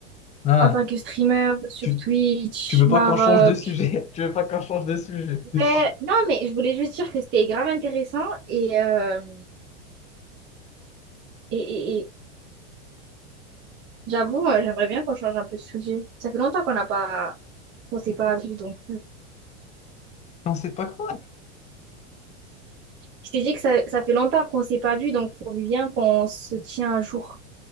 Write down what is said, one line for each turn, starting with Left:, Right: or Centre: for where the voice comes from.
Left: Ah,
Right: en tant que streamer sur
Left: tu,
Right: Twitch,
Left: tu veux
Right: Maroc.
Left: pas qu'on change de sujet? <laughs> Tu veux pas qu'on change de sujet?
Right: Ouais,
Left: <laughs>
Right: non, mais je voulais juste dire que c'était grave intéressant et, euh, et, et- et j'avoue, euh, j'aimerais bien qu'on change un peu de sujet. Ça fait longtemps qu'on n'a pas, qu'on s'est pas vu donc.
Left: On sait pas quoi?
Right: Je t'ai dit que ça, ça fait longtemps qu'on s'est pas vu, donc faut bien qu'on se tient à jour,